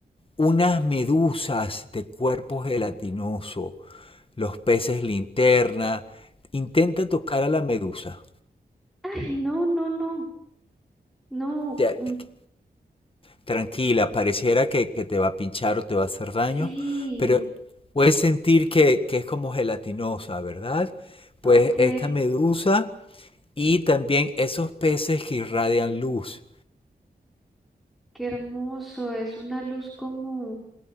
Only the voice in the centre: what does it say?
Ay, no, no, no, no.
mm,
Sí,
ok,
qué hermoso. Es una luz como,